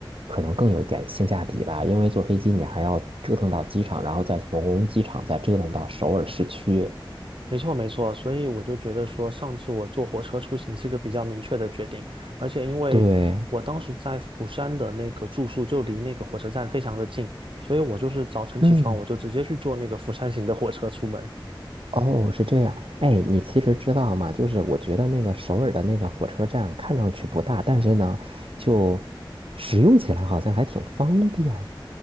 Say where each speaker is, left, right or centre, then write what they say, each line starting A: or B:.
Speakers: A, on the right (about 85°); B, on the right (about 70°).
A: 可能更有点性价比吧，因为坐飞机你还要折腾到机场，然后再从机场再折腾到首尔市区。
B: 没错，没错。所以我就觉得说，上次我坐火车出行是个比较明确的决定，而且因为我当时在釜山的那个住宿就离那个火车站非常的近，
A: 对，
B: 所以我就是早晨起床，
A: 嗯，
B: 我就直接去坐那个釜山行的火车出门。
A: 哦，是这样。哎，你其实知道吗？就是我觉得那个首尔的那个火车站看上去不大，但是呢，就使用起来好像还挺方便。